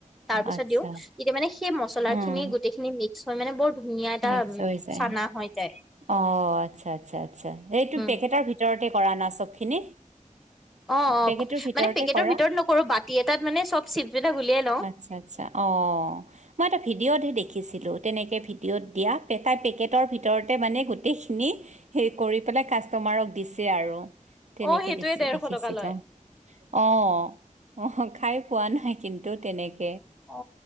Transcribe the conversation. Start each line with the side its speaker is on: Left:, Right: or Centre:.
Centre: তাৰ পিছত
Right: আচ্ছা
Centre: দিওঁ এতিয়া মানে সেই মচলা
Right: উম
Centre: খিনি গোটেইখিনি মিক্স হয় মানে বৰ ধুনীয়া এটা
Right: মিক্স
Centre: উম
Right: হৈ যায়
Centre: চানা হৈ যায়
Right: অ আচ্ছা আচ্ছা আচ্ছা এইটো
Centre: উম
Right: পেকেটৰ ভিতৰতে কৰা না চব খিনি
Centre: অ অ
Right: পেকেটৰ
Centre: মানে
Right: ভিতৰতে
Centre: পেকেটৰ
Right: কৰা
Centre: ভিতৰত নকৰো বাতি এটাত মানে চব চিপ বিলাক উলিয়াই লওঁ
Right: আচ্ছা আচ্ছা অ মই এটা ভিডিঅ'তহে দেখিছিলো তেনেকে ভিডিঅ'ত দিয়া পেকাই পেকেটৰ ভিতৰতে মানে গোটেইখিনি সেই কৰি পেলাই কাষ্টমাৰক দিছে আৰু তেনেকে
Centre: অ সেইটোৱে
Right: দিছে
Centre: ডেৰশ
Right: দেখিছিলো
Centre: টকা লয়
Right: অ অ খাই পোৱা নাই কিন্তু তেনেক-
Centre: অ